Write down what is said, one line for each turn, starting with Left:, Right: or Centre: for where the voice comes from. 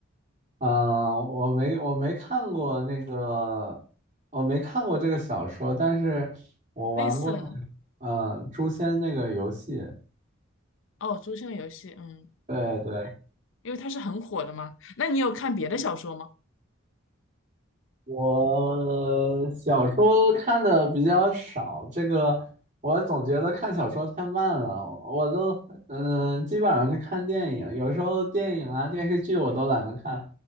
Right: 嗯、我没，我没看过那个，我没看过这个小说，但是我玩过那个，
Left: 类似的呢
Right: 呃，《诛仙》那个游戏。
Left: 哦，《诛仙》游戏，嗯，
Right: 对对，
Left: 因为它是很火的嘛。那你有看别的小说吗？
Right: 我小说看的比较少，这个我总觉得看小说太慢了，我都嗯、呃基本上是看电影，有时候电影啊电视剧我都懒得看，